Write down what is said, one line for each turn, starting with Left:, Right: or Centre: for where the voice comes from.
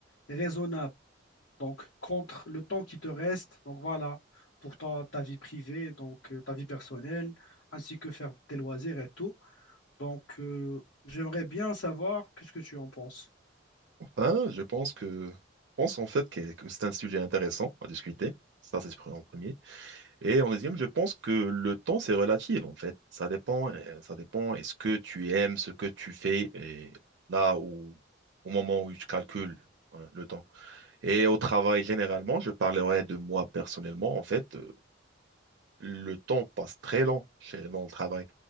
Left: est raisonnable, donc contre le temps qui te reste, donc voilà, pour toi, ta vie privée, donc euh, ta vie personnelle, ainsi que faire tes loisirs et tout. Donc, euh, j'aimerais bien savoir qu'est-ce que tu en penses.
Right: Ben, je pense que, je pense en fait que, que c'est un sujet intéressant à discuter. Ça, c'est en premier. Et en deuxième, je pense que le temps, c'est relatif, en fait. Ça dépend, euh, ça dépend. Est-ce que tu aimes ce que tu fais et là où, au moment où tu calcules, hein, le temps. Et au travail, généralement, je parlerai de moi personnellement. En fait, euh, le temps passe très lent chez, dans le travail.